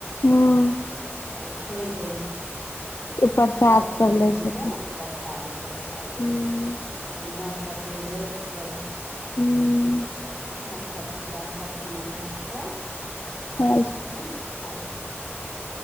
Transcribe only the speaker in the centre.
आ ओ छोड़ि दै छथिन।
जे सभ कनि-कनि
कऽ परसाद सभ खाइ जेतै।
ओ नह कटेलथि
नहसभ कटाए कऽ तखन ओ नहा कऽ
अरबा अरबैन खाइ छथिन।